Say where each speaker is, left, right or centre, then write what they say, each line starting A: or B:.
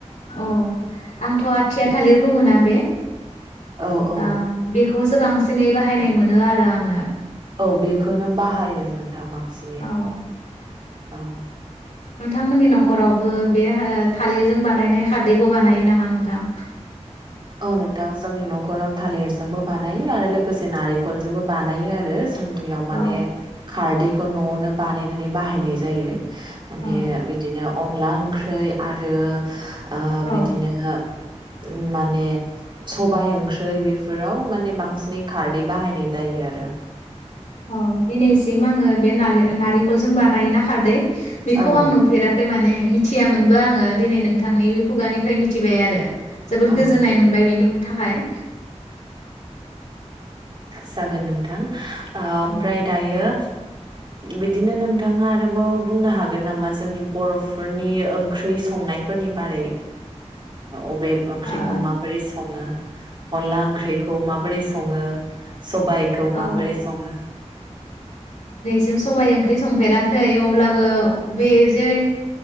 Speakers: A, on the left (about 70°); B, on the right (about 40°).
A: औ आंथ' आथिया थालिर बुङोना बे
B: औ औ
A: आ बे खौसो बांसिनै बाहायनाय मोनो आरो आङो।
B: औ बेखौनो बाहायोमोन थां बांसिनै
A: औ
B: औ
A: नोंथांमोननि न'खरावबो बे हो थालिरजों बानायनाय खारदैखौ बानायो नामा नोंथां?
B: औ नोंथां जोंनि न' खराव थालिरजोंबो बानायो आरो लोगोसे नारेखलजोंबो बानायो आरो। जोंनियाव माने
A: औ
B: खारदै खौ न'आवनो बानायनानै बाहायनाय जायो माने
A: औ
B: बिदिनो अ अनला ओंख्रै आरो ओ
A: औ
B: बिदिनो <unintelligible> माने सबाय ओंख्रै बेफोराव माने बांसिनै खारदै बाहायनाय जायो आरो
A: अ दिनैसिम आङो बे नारे नारेंखलजों बानायोना खारदै बेखौ
B: औ
A: आं नुफेराखै माने मिथियामोनबो आङो दिनै नोंथांनि बे खुगानिफ्राय मिथिबाय आरो जोबोद
B: औ
A: गोजोननाय मोनबाय बेनि थाखाय
B: जागोन नोंथां ओ ओमफ्राय
A: औ
B: दायो बिदिनो नोंथाङा आरोबाव बुंनो हागोन नामा जोंनि बर'फोरनि ओंख्रि संनायफोरनि बारै अबे ओंख्रिखौ
A: ओ
B: माबोरै संङो <unintelligible> अनला ओंख्रिखौ माबोरै संङो सबायाइखौ माबोरै
A: औ
B: संङो
A: सबबाय ओंख्रि संफेराखै अब्लाबो अब्लाबो बे जे